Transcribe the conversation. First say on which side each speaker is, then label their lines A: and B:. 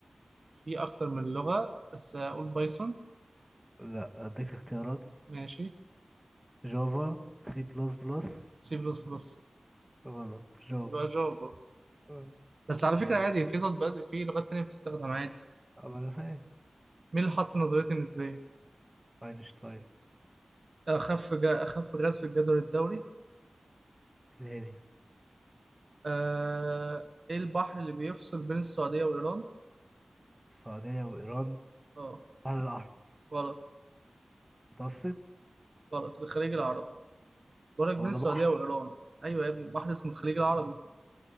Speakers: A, on the right; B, in the centre.
A: في اكتر من لغة بس اقول بايثون
B: لا اديك اختيارات
A: ماشي
B: جافا سي بلس بلس
A: سي بلس بلس
B: غلط جافا
A: يبقى جافا
B: آه.
A: بس على
B: دورة
A: فكرة عادي في تطبيقات في لغات تانية بتستخدم عادي
B: أما أنا فاهم
A: مين اللي حط نظرية النسبية
B: أينشتاين
A: اخف جا اخف غاز في الجدول الدوري
B: الهيليوم
A: آه ايه البحر اللي بيفصل بين السعودية وايران
B: السعودية وإيران
A: اه
B: بحر الأحمر
A: غلط
B: متوسط
A: غلط الخليج العربي برج بين
B: هو ده
A: السعودية
B: بحر
A: وإيران أيوة يا ابني بحر اسمه الخليج العربي